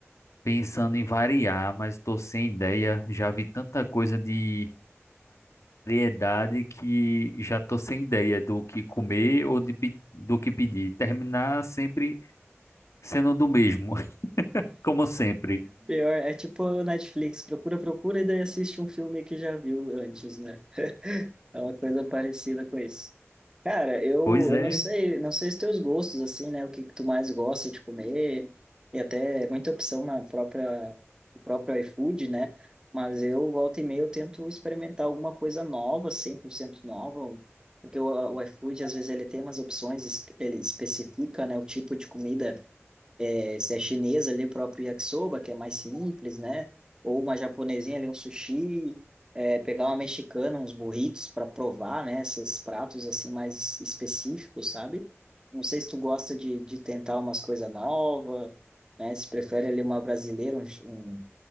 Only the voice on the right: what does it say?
Pior, é tipo Netflix, procura, procura e daí assiste um filme que já viu antes, né? É uma coisa parecida com isso. Cara, eu,
eu não sei, não sei os teus gostos, assim, né? O que, que tu mais gosta de comer, e até muita opção na própria, no próprio iFood, né? Mas eu, volta e meia, eu tento experimentar alguma coisa nova, 100% nova, porque o, o iFood, às vezes, ele tem umas opções, es- ele especifica, né, o tipo de comida é, se é chinesa ali, o próprio yakisoba, que é mais simples, né? Ou uma japonesinha ali, um sushi, é, pegar uma mexicana, uns burritos para provar, né? Esses pratos assim mais específicos, sabe? Não sei se tu gosta de, de tentar umas coisas novas, né? Se prefere ali uma brasileira, um, um-